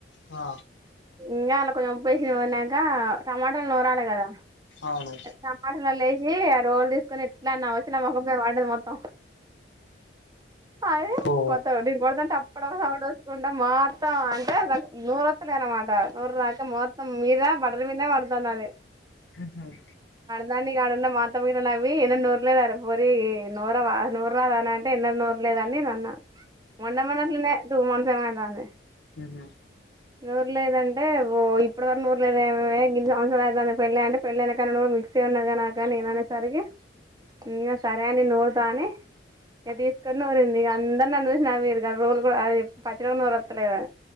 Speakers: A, on the left (about 75°); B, on the right (about 20°).
A: ఆ
B: ఇంగా అల్లా కొంచెం ఉప్పు వేసి నూరినంక టమాటాలు నూరాలి కదా
A: అవును
B: టమాటాలల్ల వేసి రోల్ క్కని ఎట్లాన్నా వచ్చి నా మొకం మీద పడ్డది మొత్తం అది
A: ఓ
B: మొత్తం నేను కొడతా అంటే టప్ప టప్ప సౌండ్ ఒచ్చుకుంటా మొత్తం అంటే నూరు ఎత్తలే అన్నమాట నూరాక మొత్తం మీద బట్టల మీదనే పడతాంది అది
A: ఊహ్మ్మ్
B: దాం ఆడున్న మా అత్తమ్మ గిన నవ్వి ఎన్నడు నూరలేదనే పోరి నూరవా నూరరాదా అని అంటే ఎన్నడు నూరలే లేదని నేనన్న మొన్న మొన్నఅట్లా టూ మంత్స్ ఏమో అయితాంది
A: ఊహ్మ్మ్
B: నూరు లేదుదంటే ఓ ఇప్పుటి వకు నఊరు లేద ఏమ ఇ సంవత్సర అవుతుంది పెళ్ళి అంటే పెళ్ళనా కాన్నా మిక్ ఉన్నద నాక నేన అనేసరికి ఇ సరే అని నోడతా అని ఇక తీసుకొని ఊరింది ఇక అందరిని అ చూసిిన మీరు కానీ రోజులు కూడా అది పచ్చడికుడా నరస్తలేదని